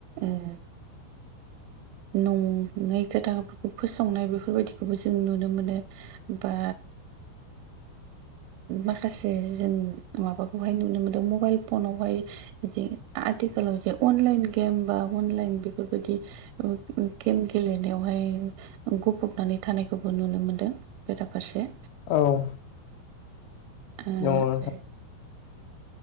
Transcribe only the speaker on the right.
उम ओ नङै खोथाफोरखौ फोसावनाय बेफोरबायदिखौबो जों नुनो मोनो बा माखासे जों माबाखौहाय नुनो मोनदों मबाइल फनावहाय बिदि आथिखालाव जे अनलाइन गेम बा अनलाइन बेफोरबायदि गेम गेलेनायावहाय गफबनानै थानायखौबो नुनो मोन्दों बेराफारसे।
आरो